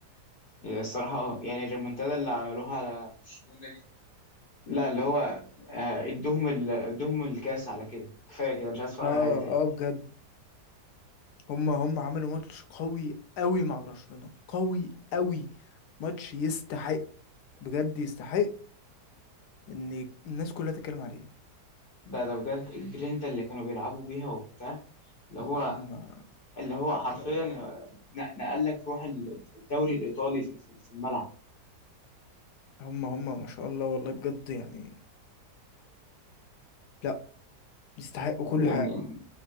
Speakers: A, on the left (about 50°); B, on the left (about 75°).
A: هي الصراحه اه يعني الريمونتادا اللي عملوها على برشلونه دي لا اللي هو آه، ادوهم ال... ادوهم الكاس على كده كفايه كده مش عايز اتفرج
B: اه
A: على حاجه تاني
B: اه بجد هم هم عملوا ماتش قوي قوي مع برشلونة قوي قوي ماتش يستحق بجد يستحق ان الناس كلها تتكلم عليه
A: لا ده بجد الجرينتا اللي كانوا بيلعبوا بيها وبتاع اللي
B: لا
A: هو
B: هم ما
A: اللي هو حرفيا
B: شاء الله
A: ن- نقل لك روح الدوري الايطالي في في- في الملعب
B: هم هم ما شاء الله والله بجد يعني لا يستحقوا كل
A: جامدين
B: حاجة